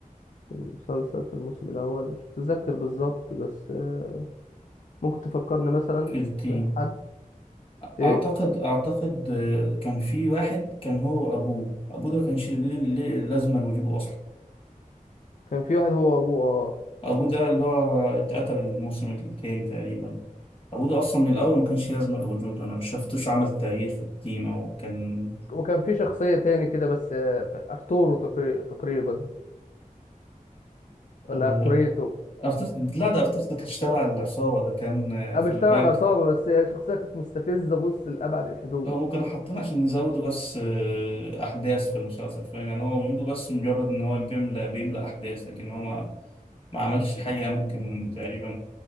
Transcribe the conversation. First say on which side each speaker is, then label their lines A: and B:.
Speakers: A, on the left (about 60°); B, on the left (about 40°).
A: المسلسل في الموسم الأول مش متذكر بالظبط بس آه، ممكن تفكرني مثلا
B: في التيم
A: بحد إيه
B: اعتقد اعتقد آه، كان في واحد كان هو وابوه ابوه ده ما كانش ليه ليه لازمه لوجوده اصلا
A: كان في واحد هو وأبوه أه
B: ابوه ده اللي هو اتقتل الموسم التاني تقريبا ابوه ده اصلا من الاول ما كانش لازمه لوجوده انا مش شفتوش عمل تغيير في التيم او كان
A: وكان في شخصية تاني كده بس آه، أرتورو تقري- تقريبا ولا
B: آه،
A: أرتوريتو
B: ارتيتا لا ده ارتيتا ده كانش تابع العصابه ده كان آه،
A: أنا
B: في
A: مش
B: البنك
A: تابع العصابة بس هي شخصية كانت مستفزة بص لأبعد الحدود
B: هم كانوا حاطينه عشان يزودوا بس آه، احداث في المسلسل فاهم يعني هو وجوده بس مجرد ان هو بيملى بيملى احداث لكن هو ما ما عملش حاجة ممكن تقريبا